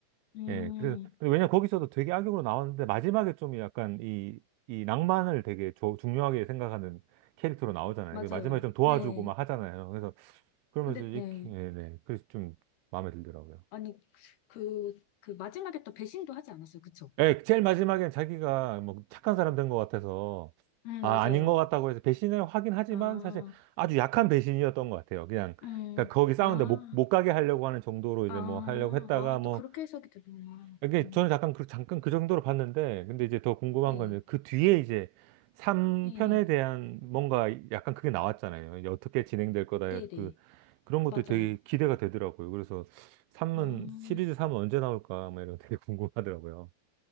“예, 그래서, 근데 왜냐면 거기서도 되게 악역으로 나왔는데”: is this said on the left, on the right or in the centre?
Right